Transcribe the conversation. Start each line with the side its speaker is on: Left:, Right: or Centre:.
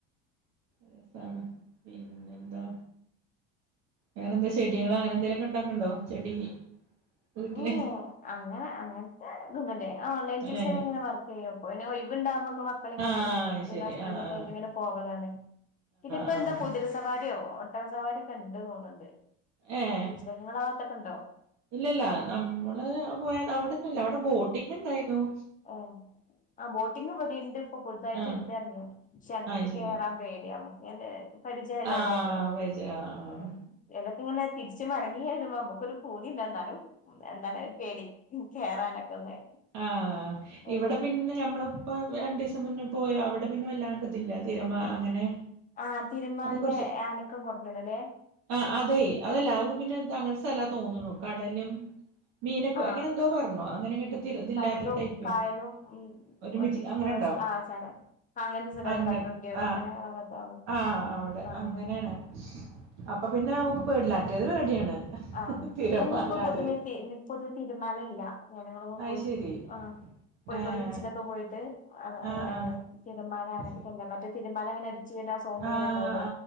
Right: രസാണ് പിന്നെ എന്താ വേറെന്താ ചെടികളോ അങ്ങനെ എന്തെലും ഒ ക്കെ ണ്ടാക്കുണ്ടോ ചെടി? വീട്ടില്
Left: ഉം ഉം അങ്ങനെ അങ്ങൻത്തെ ഇതൊന്നുംല്ലേ ഞാൻ ഓൺലൈൻ ട്യൂഷൻങ്ങനെ
Right: ഏഹ്
Left: വർ ചെയ്യും പ്പൊ പിന്നെ ഒഴിവ്ണ്ടാവുമ്പക്കെ മ ക്കളിം കൊണ്ട്
Right: ആഹ് അത്
Left: പിന്നെ
Right: ശരി
Left: ഹസ്ബൻഡ്
Right: ആഹ്
Left: ഒക്കെ
Right: ആഹ്
Left: ആയിട്ട് ഇങ്ങനെ പോവലാണ് ഇതിപ്പ
Right: ആഹ് ആഹ്
Left: എന്താ <unintelligible> സവാരിയോ ഒട്ടക സവാരിക്കെ ണ്ട് തോന്ന്ണ്ട്.
Right: ഏഹ്
Left: വിജ്രങ്ങളാവാത്തക്കെ ണ്ടോ?
Right: ഇല്ലല്ല നമ്മള് പോയ അവടെന്നുംല്ല അവടെ ബോട്ടിങ് ഇണ്ടായിരുന്നു.
Left: ആഹ് ആഹ് ബോട്ടിംഗ് ബടിം ണ്ട് ഇപ്പം പുതുതായിട്ട്
Right: ആഹ്
Left: ണ്ട് ർഞ്ഞു ക്ഷെ ക്കൊക്കെ
Right: അയ് ശരി
Left: കേറാൻ പേടിയാ നമുക്ക് ന്നെ പരിചയല്ലാത്തല്ലേ
Right: ആഹ് വെജ് ആഹ് ആഹ്
Left: <unintelligible> എലക്ക് ഇങ്ങനെ തിരിച്ച് മടങ്ങി അഹ്ടുമ്പം നമ്മക്കൊരു പൂതി ഇണ്ട് ന്നാലും എന്താണ് ഒരു പേടി ഉം കേറാനൊക്കെ ഒന്ന്
Right: ആഹ്
Left: ആഹ്
Right: ഇവടെ പി പിന്നെ നമ്മള്പ്പോ രണ്ടിസം മുന്നേ പോയ അവടെ പിന്നെ വല്ലാണ്ടതില്ല തിരമാ അങ്ങനെ
Left: ആഹ് തിരമാലന്റെ
Right: അത് കൊറച്ച്
Left: അനക്കം കുറഞ്ഞ്ണ് ല്ലേ?
Right: ആഹ് അതെ അതല്ല അഹ് പിന്നെ ത അങ്ങൻത്തല്ലാ തോന്നുണു കടലും മീനൊക്കെ
Left: ആഹ്
Right: എങ്ങനെ പർഞ്ഞു അങ്ങനെങ്ങട്ട് ഇതില്ലാത്തൊരു
Left: കടലും
Right: ടൈപ്പെന്നു
Left: കായലും ഉം
Right: ഒരുമിച്ച്
Left: ഒരുമിച്ചിട്ടുള്ള
Right: അങ്ങനെ ഇണ്ടാവ
Left: ആഹ് ചാ അങ്ങനത്തെ സ്ഥലണ്ട്
Right: അങ്ങൻ
Left: കടലുണ്ടിയോ
Right: ആഹ്
Left: അങ്ങനെ ആകാത്ത
Right: ആഹ് അവടെ
Left: കാണും
Right: അങ്ങനെയാണ് അപ്പൊ പിന്നെ നമുക്ക്
Left: ആഹ്
Right: പേടില്ല മറ്റേത് പേടിയാണ്.
Left: ആഹ്
Right: തിരമാല
Left: അല്ല ഇപ്പൊ പൊതുവെ
Right: അത്
Left: തേഞ്ഞ് പൊതു തീരുമാനം ഇല്ല ജനങ്ങളോ
Right: അയ്
Left: പോച്ച്
Right: ശരി
Left: ആഹ് കോഴിക്കോട്
Right: ഏഹ്
Left: ബീച്ചിലൊക്കെ പോയിട്ട് അത് അങ്ങനെയാണ്
Right: ആഹ് ആഹ്
Left: ഈ തിരമാല
Right: അയ്
Left: അനക്കെല്ലാം
Right: ശരി
Left: മറ്റേ തിരമാല അങ്ങനെ അടിച്ച് വര്ണ ആഹ് സൗണ്ട്
Right: ആഹ്
Left: ണ്ടാവല്ലോ